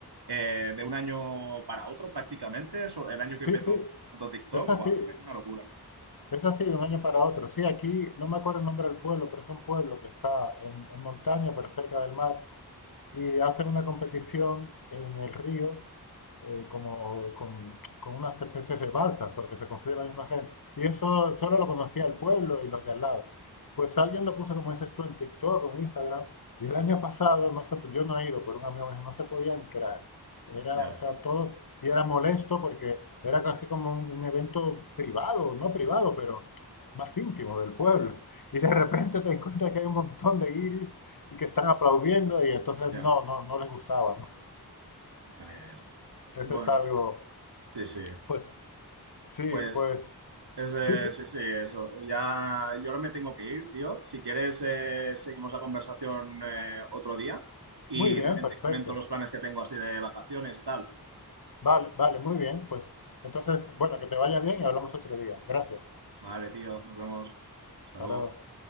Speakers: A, on the right (about 80°); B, on the left (about 60°).
A: eh, de un año para otro prácticamente, eso, el año que
B: sí,
A: petó
B: sí,
A: tanto TikTok,
B: es así.
A: buah, fue una locura.
B: Es así de un año para otro. Sí, aquí no me acuerdo el nombre del pueblo, pero es un pueblo que está en, en montaña, pero cerca del mar y hacen una competición en el río eh, como, con, con unas especies de balsas, porque se construye la misma gente. Y eso solo lo conocía el pueblo y los de al lado. Pues alguien lo puso, como dices tú, en TikTok o en Instagram, y el año pasado, no se- yo no he ido, pero un amigo me dijo, no se podía entrar. Era,
A: Ya
B: o
A: ves,
B: sea, todos, y era molesto porque era casi como un, un evento privado, no privado, pero más íntimo del pueblo. <laughs> Y de repente te encuentras que hay un montón de guiris y que están aplaudiendo y entonces
A: ya.
B: no, no, no les gustaba, ¿no?
A: Ya, ya, ya.
B: Eso
A: Bueno,
B: es algo,
A: sí, sí.
B: pues sí,
A: Pues
B: pues
A: ese,
B: sí, sí,
A: sí, sí, eso. Ya, yo ahora me tengo que ir, tío. Si quieres, eh, seguimos la conversación eh, otro día y
B: muy bien,
A: también
B: perfecto.
A: te comento los planes que tengo así de vacaciones y tal.
B: Vale, vale, muy bien, pues entonces, bueno, que te vaya bien y hablamos otro día. Gracias.
A: Vale, tío, nos vemos. Hasta
B: Hasta
A: luego.
B: luego.